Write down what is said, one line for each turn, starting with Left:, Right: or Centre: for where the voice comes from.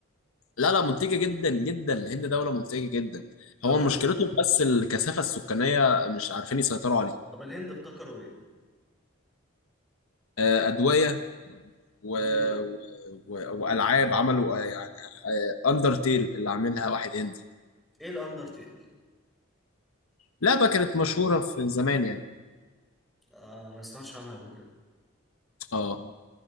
Left: لا لا منتجه جدا جدا الهند دوله منتجه جدا
Centre: ابتكروا
Left: هو مشكلته
Centre: ايه؟
Left: بس الكثافه السكانيه مش عارفين يسيطروا عليها
Centre: طب الهند ابتكروا ايه؟
Left: آه، ادويه و...
Centre: زي ايه؟
Left: و... و... والعاب عملوا آه، يعني اندرتيل اللي عاملها واحد هندي
Centre: ايه الاندرتيل؟
Left: لعبه كانت مشهوره في زمان يعني
Centre: آه ما سمعتش عنها قبل كده
Left: اه